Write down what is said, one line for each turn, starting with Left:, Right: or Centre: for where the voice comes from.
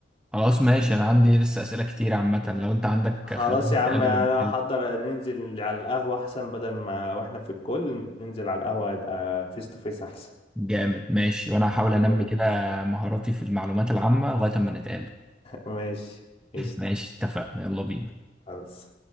Centre: خلاص ماشي انا عندي لسه اسئله كتير عامه لو انت عندك
Left: خلاص
Centre: خلينا نتقابل
Left: يا عم انا
Centre: ماشي ونتكلم
Left: هحضر ننزل على القهوة احسن بدل ما واحنا في الكل ننزل على القهوة يبقى فيس تو فيس احسن
Centre: جامد ماشي وانا هحاول انمي
Left: <laughs>
Centre: كده مهاراتي في المعلومات العامه لغايه اما نتقابل
Left: ماشي قشطة
Centre: ماشي اتفقنا يلا بينا
Left: خلاص